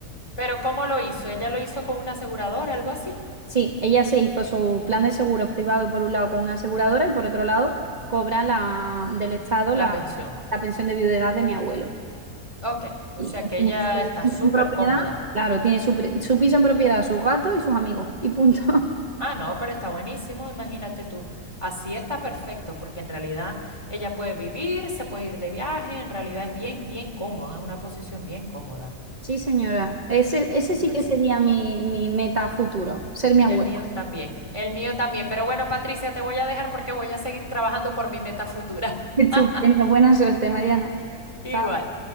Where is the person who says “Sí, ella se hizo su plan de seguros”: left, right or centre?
Right